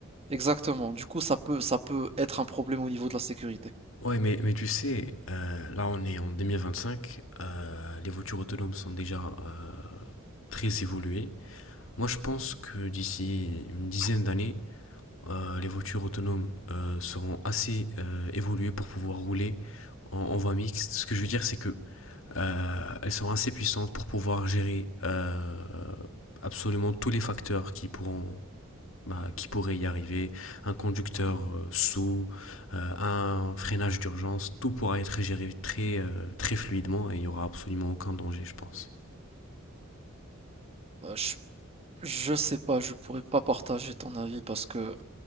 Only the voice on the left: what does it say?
Ouais, mais, mais tu sais, euh, là on est en 2025, euh, les voitures autonomes sont déjà euh, très évoluées. Moi je pense que d'ici une dizaine d'années, euh, les voitures autonomes euh, seront assez euh, évoluées pour pouvoir rouler en, en voie mixte. Ce que je veux dire, c'est que Euh, elles sont assez puissantes pour pouvoir gérer euh, absolument tous les facteurs qui pourront bah, qui pourraient y arriver, un conducteur euh, sous, euh, un freinage d'urgence, tout pourra être géré très, euh, très fluidement et il n'y aura absolument aucun danger, je pense.